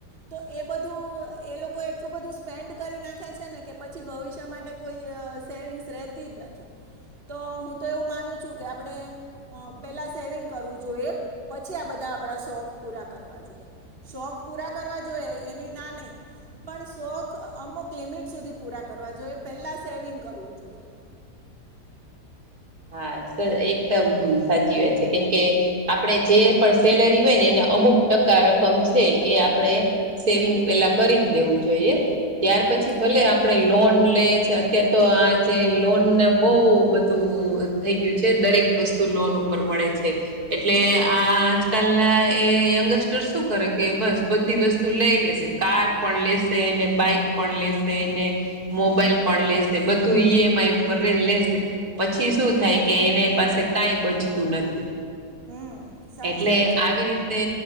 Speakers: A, on the right (about 35°); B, on the right (about 60°).
A: તો એ બધું એ લોકો એટલું બધું સ્પેન્ડ કરી નાખે છે ને કે પછી ભવિષ્ય માટે કોઈ ય સેવિંગસ રેતીજ નથી તો હું તો એવું માનું છું કે આપણે અ પેલા સેવિંગ કરવું જોઈએ પછી આ બધા આપડા શોખ પૂરા કરવા જોઈએ. શોખ પૂરા કરવા જોઈએ એની ના નહી પણ શોખ અમુક લિમિટ સુધી પૂરા કરવા જોઈએ પેલા સેવિંગ કરવું જોઈએ.
B: હા, સ એકદમ સાચી વાત છે કેમ કે આપણે જે પણ સેલરી હોય ને એને અમુક ટકા રકમ છે એ આપણે સેવિંગ
A: હમ
B: પેલા કરી જ દેવું જોઈએ ત્યાર
A: હમ
B: પછી ભલે આપણે લોન લઈ શ કીએ તો આ જેે લોનને બહુ બધું થઈ ગયું છે દરેક વસ્તુ લોન ઉપર મળે છે એટલે
A: હમ
B: આ આજકાલના એ યંગસ્ટ ર શું કરે કે બસ બ ધી વસ્તુ લઈ લેશે. કાર પણ લેશે ને બાઈક પણ લેશે ને મોબાઈલ
A: હમ
B: પણ લેશે બધું ઈએમઆઈ ઉપર લેશે પછી
A: હમ
B: શું થાય કે એ ને પાસે કાંઇ બચતું નથી.
A: હમ સાચી
B: એટલે
A: વાત છે હમ
B: આવી રીતે